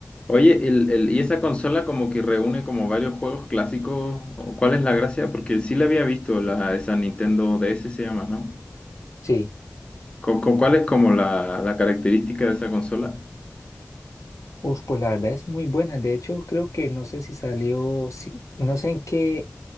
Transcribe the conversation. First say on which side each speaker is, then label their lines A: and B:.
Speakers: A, on the left; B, on the left.
A: Oye, el, el- y esa consola como que reúne como varios juegos clásicos. ¿o ¿Cuál es la gracia? Porque sí la había visto, la, esa Nintendo DS se llama, ¿no?
B: Sí.
A: ¿Con, con cuál es como la, la característica de esa consola?
B: Uf, pues la verdad es muy buena. De hecho, creo que no sé si salió, si- no sé en qué,